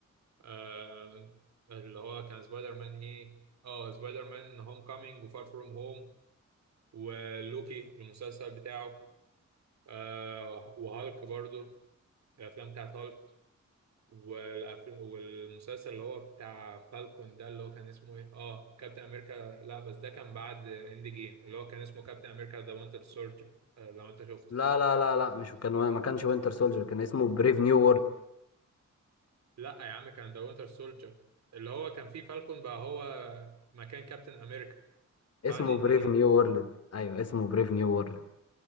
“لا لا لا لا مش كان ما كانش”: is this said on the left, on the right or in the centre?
Left